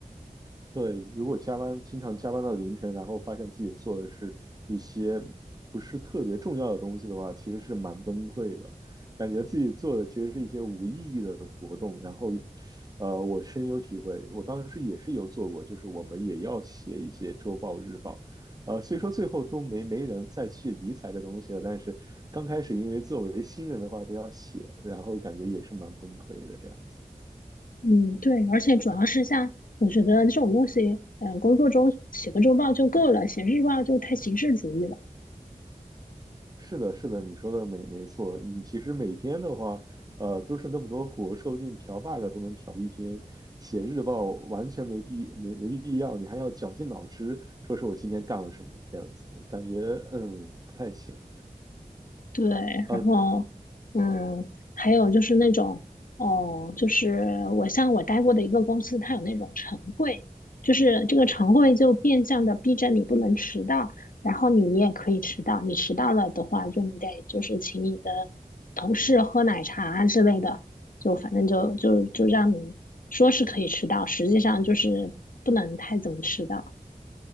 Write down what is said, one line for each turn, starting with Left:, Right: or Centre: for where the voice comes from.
Right: 对，如果加班，经常加班到凌晨，然后发现自己做的是一些不是特别重要的东西的话，其实是蛮崩溃的，感觉自己做的其实是一些无意义的活动。然后，呃，我深有体会，我当时也是有做过，就是我们也要写一些周报、日报，呃，虽说最后都没没人再去理睬这东西了，但是刚开始因为作为新人的话都要写，然后感觉也是蛮崩溃的这样子。
Left: 嗯，对，而且主要是像我觉得这种东西，嗯、工作中写个周报就够了，写日报就太形式主义了。
Right: 是的，是的，你说的没没错。你其实每天的话，呃，都是那么多活，说不定调 bug 都能调一天。写日报完全没必没没必要，你还要绞尽脑汁说说我今天干了什么，这样子感觉嗯不太行。
Left: 对，
Right: 呃
Left: 然后，嗯，还有就是那种，哦，就是我像我待过的一个公司，它有那种晨会，就是这个晨会就变相的逼着你不能迟到，然后你也可以迟到，你迟到了的话，就你得就是请你的同事喝奶茶啊之类的，就反正就就就让你说是可以迟到，实际上就是不能太怎么迟到。